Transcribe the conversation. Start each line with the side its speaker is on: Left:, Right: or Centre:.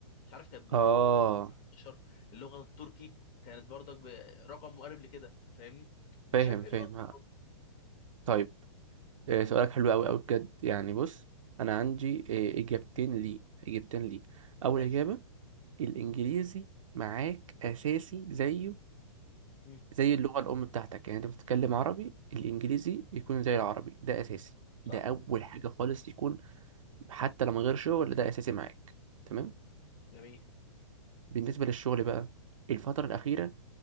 Left: مش عارف كانت ب
Right: اه
Left: ب- بح- ب 19 اللغه التركي كانت برضك برقم مقارب لكده فاهمني فشايف
Right: فاهم
Left: ايه
Right: فاهم
Left: الافضل
Right: ها
Left: برضه
Right: طيب إيه سؤالك حلو قوي قوي بجد يعني بص انا عندي إيه اجابتين ليه اجابتين ليه اول
Left: ماشي
Right: اجابة الانجليزي معاك اساسي زيه
Left: مم.
Right: زي اللغة الأم بتاعتك يعني أنت بتتكلم عربي الإنجليزي يكون زي العربي ده أساسي
Left: صح
Right: ده أول حاجة خالص يكون حتى لو من غير شغل ده أساسي معاك تمام
Left: جميل
Right: بالنسبة للشغل بقى الفترة الأخيرة